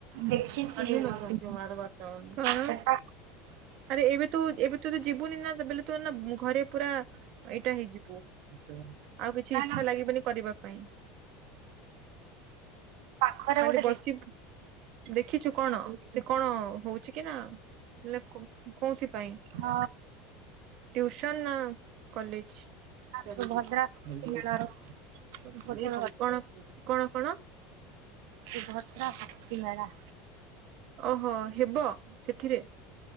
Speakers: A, on the right; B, on the right.
A: ଦେଖିଛି
B: ନେଇକି?
A: ମତେ
B: <unintelligible> କଣ
A: ସେଟା
B: ଆରେ ଏବେ ତୁ ଏବେ ତୁ ଯଦି ଯିବୁନି ନା ତାବେଲେ ତୁ ଏନା ଉଁ ଘରେ ପୁରା ଏକା ହେଇଯିବୁ। ଆଉ କିଛି
A: ନା
B: ଇଚ୍ଛା
A: ନା
B: ଲାଗିବନି କରିବା ପାଇଁ।
A: ପାଖରେ
B: ଖାଲି
A: ଗୋଟେ
B: ବସି ଦେଖିଚୁ କଣ
A: ଦେଖିଛି
B: ସେ କଣ ହୋଉଚି କି ନା ହେଲେ କୋ-କୋଉଥି ପାଇଁ?
A: ହ।
B: ଟିଉସନ୍ ନା କଲେଜ? <unintelligible>
A: ସୁଭଦ୍ରା ଶକ୍ତି
B: କଣ
A: ମେଳାର
B: କଣ
A: ଗୋଟେ
B: କଣ?
A: ସୁଭଦ୍ରା ଶକ୍ତି ମେଳା।
B: ଓହୋ ହେବ ସେଥିରେ?